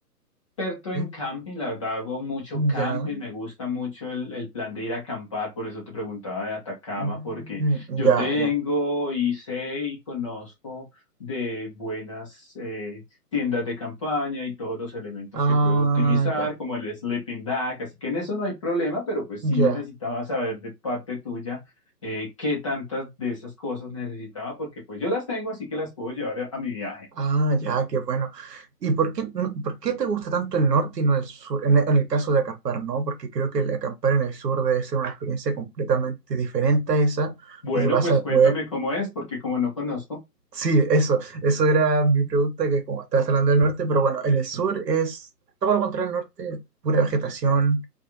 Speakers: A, on the left (about 20°); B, on the right (about 80°).
A: experto en
B: ¿sí?
A: camping, la verdad hago mucho camping,
B: Ya,
A: me gusta mucho el, el plan de ir a acampar, por eso te preguntaba de Atacama,
B: mm,
A: porque yo
B: ya,
A: tengo
B: ya,
A: y sé y conozco de buenas eh, tiendas de campaña y todos los elementos
B: ah,
A: que puedo utilizar,
B: ya,
A: como el sleeping bag, así que en eso no hay problema, pero pues sí
B: ya,
A: necesitaba saber de parte tuya eh, qué tantas de esas cosas necesitaba, porque pues yo las tengo, así que las puedo llevar a a mi viaje.
B: ah, ya, qué bueno. ¿Y por qué, no- por qué te gusta tanto el norte y no el sur? En el, en el caso de acampar, ¿no? Porque creo que el acampar en el sur debe ser una experiencia completamente diferente a esa
A: Bueno,
B: y vas
A: pues
B: a
A: cuéntame
B: poder
A: cómo es, porque como no conozco.
B: Sí, eso, eso era mi pregunta, que como estabas hablando del norte, pero bueno, en el sur es todo lo contrario al norte, pura vegetación,